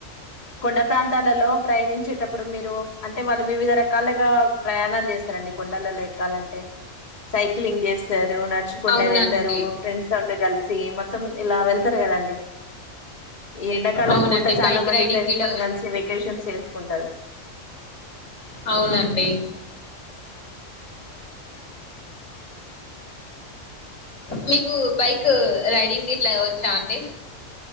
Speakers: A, on the left (about 35°); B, on the left (about 75°).
A: కొండ ప్రాంతాలలో ప్రయాణించేటప్పుడు మీరు అంటే వాళ్ళు వివిధ రకాలుగా ప్రయాణాలు చేస్తారండి కొండలలో ఎక్కాలంటే సైక్లింగ్ చేస్తారు నడుచుకుంటే
B: అవునండి
A: వెళ్తారు ఫ్రెం తోటి కలిసి మొత్తం ఇలా వెళ్తారు కదండీ ఈ ఎండాకాలం
B: అవునండి
A: పూట చాలా
B: బైక్
A: మంది
B: రైడింగ్
A: ఫ్రెండ్స్
B: కూడా
A: తని కలిసి వెకేషన్స్ వేసుకుంటారు
B: ఆ అవునండి మీకు బైక్ రైడింగ్ గిట్లా వచ్చా అండి